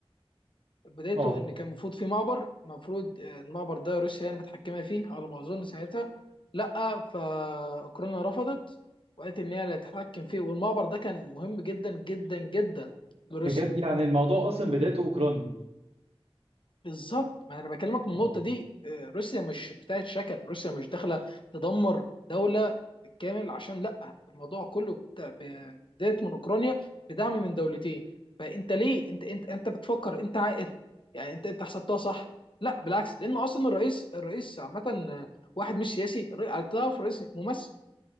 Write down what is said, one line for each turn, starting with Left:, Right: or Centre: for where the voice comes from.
Left: بدايته
Right: اه
Left: ان كان المفروض في معبر المفروض آه، المعبر ده روسيا يعني متحكمه فيه على ما اظن ساعتها لا فاوكرانيا رفضت وقالت ان هي اللي هتتحكم فيه والمعبر ده كان مهم جدا جدا جدا لروسيا
Right: بجد يعني الموضوع اصلا بدايته اوكرانيا
Left: بالظبط ما انا بكلمك من
Right: اه
Left: النقطه دي آه، روسيا مش بتاعت شكل روسيا مش داخله تدمر دوله بالكامل عشان لا الموضوع كله بتا- ب- بدايه من اوكرانيا بدعم من دولتين فانت ليه انت انت انت بتفكر انت عاقل يعني انت انت حسبتها صح لا بالعكس لان اصلا الرئيس الرئيس عامه آه، واحد مش سياسي الر- تعرف الرئيس ممثل